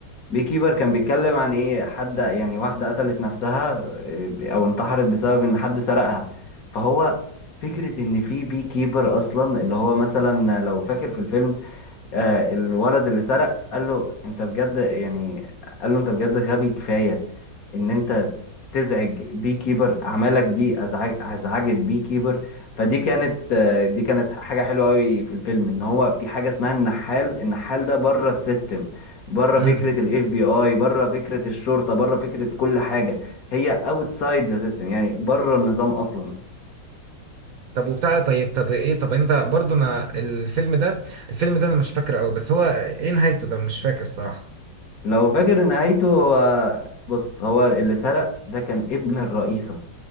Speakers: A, on the left; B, on the right.
A: بي كيبر كان بيتكلم عن ايه حد يعني واحده قتلت نفسها إيه، او انتحرت بسبب ان حد سرقها فهو فكره ان في بي كيبر اصلا اللي هو مثلا لو فاكر في الفيلم آه الولد اللي سرق قال له انت بجد يعني قال له انت بجد غبي كفايه ان انت تزعج بي كيبر اعمالك دي ازعج ازعجت بي كيبر فدي كانت آه، دي كانت حاجه حلوه قوي في الفيلم ان هو في حاجه اسمها النحال النحال ده بره السيستم بره
B: امم
A: فكره الاف بي اي بره فكره الشرطه بره فكره كل حاجه هي اوتسايد ذا سيستم يعني بره النظام اصلا
B: طب وبتاع ده، طيب طب ايه طب انت برضه انا الفيلم ده الفيلم ده انا مش فاكره قوي بس هو ايه نهايته ده مش فاكر صراحة
A: لو فاكر نهايته هو بص هو اللي سرق ده كان ابن الرئيسه